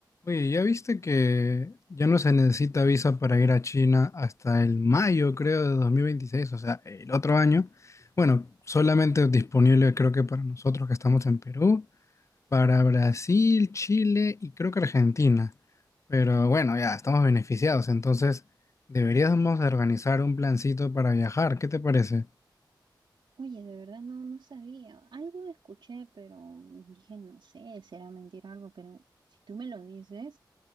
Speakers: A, on the left; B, on the right.
A: Oye, ¿ya viste que ya no se necesita visa para ir a China hasta el mayo, creo, de 2026, O sea, el otro año. Bueno, solamente disponible creo que para nosotros que estamos en Perú, para Brasil, Chile y creo que Argentina. Pero bueno, ya estamos beneficiados, entonces deberíamos de organizar un plancito para viajar. ¿Qué te parece?
B: Oye, de verdad no, no sabía. Algo escuché, pero dije, no sé, será mentira o algo, pero si tú me lo dices,